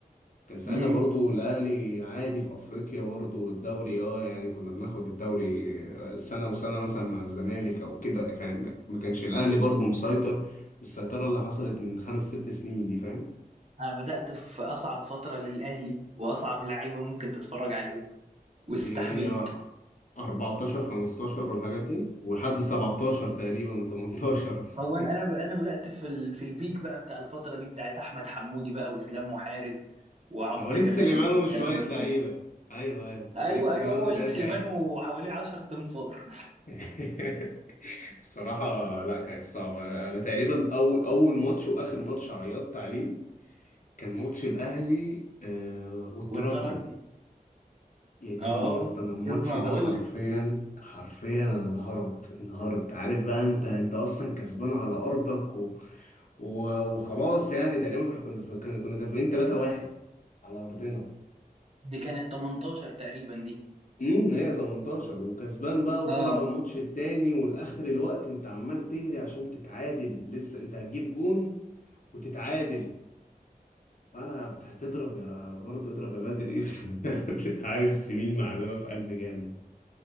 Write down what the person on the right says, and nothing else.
امم
انا بدات في اصعب فتره للاهلي واصعب لعيبه ممكن تتفرج عليهم واستحملت
هو انا انا انا بدات في ال... في البيك بقى بتاع الفتره دي بتاعت احمد حمودي بقى واسلام محارب
وعمرو
جمال
والكلام
ده كله
ايوه
ايوه هو
وليد
سليمان وحواليه 10 تنفار
والترجي
اه
شفت ما
بقول
لك
دي كانت 18 تقريبا دي
اه